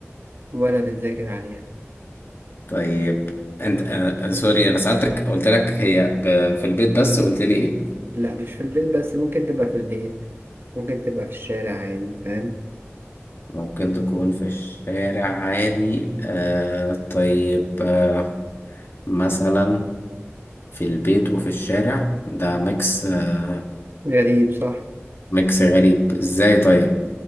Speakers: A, on the right; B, on the left.
A: ولا بنذاكر عليها
B: طيب انت آه، سوري انا سألتك قلت لك هي ب... في البيت بس قلت لي ايه
A: لأ مش في البيت بس ممكن تبقى في البيت ممكن تبقى في الشارع عادي فاهم
B: ممكن تكون في الشارع عادي آه طيب آه مثلا في البيت وفي الشارع ده ميكس آه،
A: غريب صح
B: ميكس غريب ازاي طيب